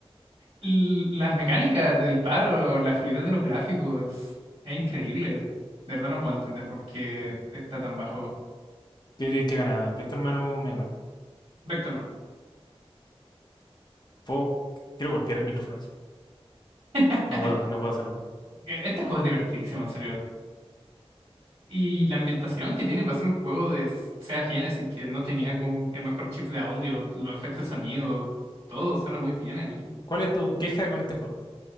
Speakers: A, on the right (about 75°); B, on the left (about 45°).
A: l- las mecánicas de disparo, la fluidez de los gráficos, es, es increíble. De verdad no puedo entender por qué está tan bajo.
B: ¿Qué diría que gana? ¿Vector Man o Mega Man?
A: Vectorman.
B: Puedo- Quiero golpear el micrófono así.
A: <laughs>
B: No puedo, no puedo hacerlo.
A: E- Este juego es divertidísimo, en serio. Y la ambientación que tiene para ser un juego de Sega Genesis, que no tenía como el mejor chip de audio, los efectos de sonido, todo suena muy bien aquí.
B: ¿Cuál es tu queja con este juego?